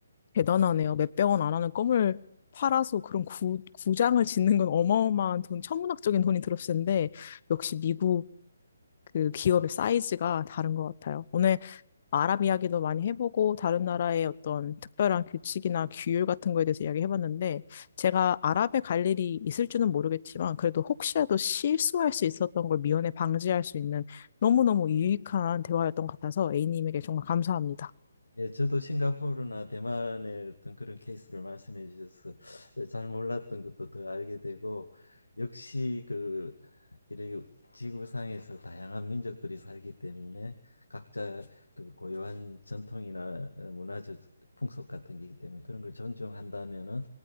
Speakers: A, on the left; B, on the left.
A: 대단하네요. 몇백 원 안 하는 껌을 팔아서 그런 구, 구장을 짓는 건 어마어마한 돈, 천문학적인 돈이 들었을 텐데, 역시 미국 그 기업의 사이즈가 다른 것 같아요. 오늘 아랍 이야기도 많이 해보고 다른 나라의 어떤 특별한 규칙이나 규율 같은 거에 대해서 이야기해봤는데 제가 아랍에 갈 일이 있을지는 모르겠지만 그래도 혹시라도 실수할 수 있었던 걸 미연에 방지할 수 있는 너무너무 유익한 대화였던 것 같아서 A님에게 정말 감사합니다.
B: 예, 저도 싱가포르나 대만의 어떤 그런 케이스를 말씀해 주셔서 예, 잘 몰랐던 것도 더 알게 되고 역시 그이게 지구상에서 다양한 민족들이 살기 때문에 각자 그 고유한 전통이나 어, 문화적 풍속 같은 게 있기 때문에 그런 걸 존중한다면은